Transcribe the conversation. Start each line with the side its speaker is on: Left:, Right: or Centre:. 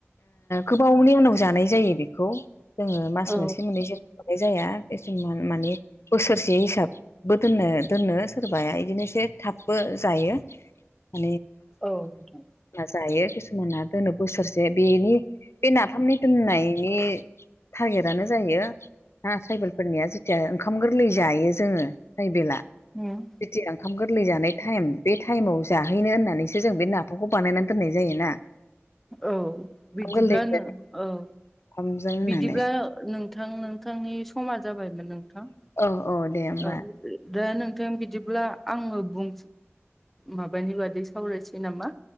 Left: गोबावनि उनाव जानाय जायो बेखौ। जोङो मास
Centre: औ नोंथां औ
Left: मोनसे मोननै जों मोननाय जाया <unintelligible> माने बोसोरसे हिसाब बो दोननो दोननो सोरबाया बिदिनो एसे थाबबो जायो <unintelligible>
Centre: औ नोंथां
Left: था जायो किसुमाना दोनो बोसोरसे बेनि बे नाफामनि दोननाय बिनि थटारगेटनो जायो दा ट्राइबेलफोरनिया जेथिया ओंखाम गोरलै जायो जोङो ट्राइबेला
Centre: उम
Left: बिदि ओंखाम गोरलै जानाय टाइम बे टाइमाव जाहैनो होननानैसो जों बे नाफामखौ बानायनानै दोननाय जायोना <inaudible>
Centre: औ बिरदिब्लानो
Left: ओंखाम गोरलैजों
Centre: औ
Left: ओंखामजों होननानै
Centre: बिदिब्ला नोंथां नोंथांनि समा जाबायमोन नोंथां
Left: औ औ दे होमबा
Centre: ओ दा नोंथां बिदिब्ला आङो बुं माबानि बादै सावरायसै नामा